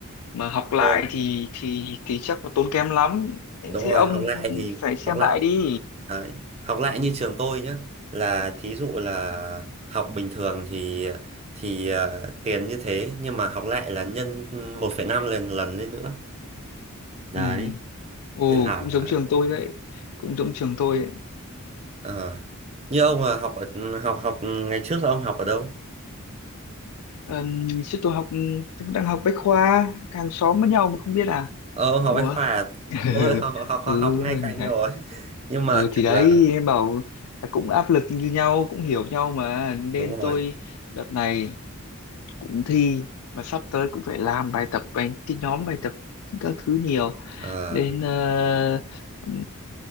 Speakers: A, on the left; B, on the right.
A: Mà học lại
B: tôi.
A: thì thì thì chắc là tốn kém lắm.
B: Đúng
A: Thế
B: rồi,
A: ông
B: học lại thì
A: phải xem
B: học lại
A: lại đi.
B: Đấy. Học lại như trường tôi nhé là thí dụ là học bình thường thì thì ờ, tiền như thế nhưng mà học lại là nhân một phẩy năm lần lần lên nữa đấy
A: Ừ, ồ
B: nên là
A: cũng giống trường tôi đấy, cũng giống trường tôi đấy.
B: ờ, như ông là học ở học học ngày trước là ông học ở đâu
A: Ừm, chứ tôi học, tôi đang học Bách Khoa, hàng xóm với nhau mà không biết à?
B: ờ, ông học
A: Ủa?
B: bách khoa à?
A: <laughs>
B: tôi <laughs> học học học,
A: ừ
B: học ngay cạnh
A: hả?
B: rồi <laughs> nhưng mà
A: ừ thì
B: kiểu
A: đấy
B: là
A: em bảo là cũng áp lực như nhau cũng hiểu nhau mà nên
B: đúng rồi
A: tôi đợt này cũng thi mà sắp tới cũng phải làm bài tập bài cái nhóm bài tập các thứ nhiều
B: ờ,
A: nên ờ, ừm,